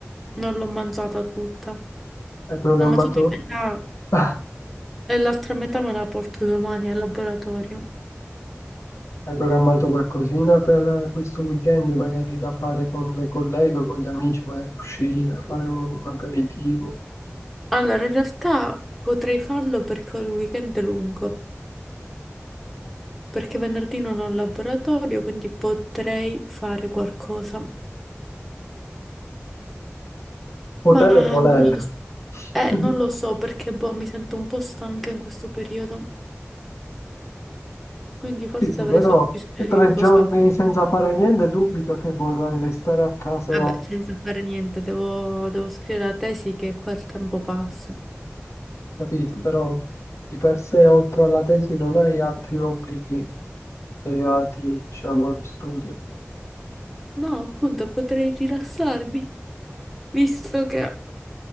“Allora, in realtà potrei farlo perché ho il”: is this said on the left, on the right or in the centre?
Centre